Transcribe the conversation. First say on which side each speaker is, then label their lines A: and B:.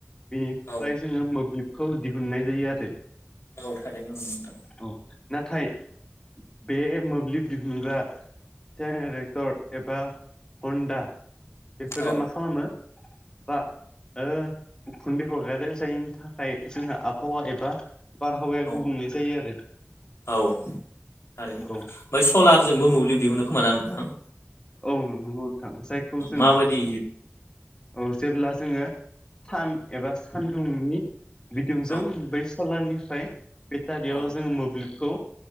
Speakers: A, on the left; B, on the left.
A: बेनिफ्राय
B: औ
A: जोङो मोब्लिबखौ दिहुननाय जायो आरो
B: औ थादोंमोन ननो नोंथां
A: औ नाथाय बे मोब्लिब दिहुनग्रा जेनेरेक्टर एबा हन्दा बेफोरो
B: औ
A: मा खालामो बा ओ उखुन्दै हगारो जायनि थाखाय जोंहा आबहावा एबा बारहावाया
B: औ
A: गुबुंले जायो आरो
B: औ थारैनो ओमफ्राय
A: औ
B: सलारजोंबो मोब्लिब दिहुनो खोमा ना नोंथां
A: औ नोंगौ नोंथां जायखौ जोङो
B: माबायदि
A: औ जेब्ला जोङो सान एबा सानदुंनि बिदुंजों
B: औ
A: बै सलारनिफ्राय बेटारियाव
B: औ
A: जोङो मोब्लिबखौ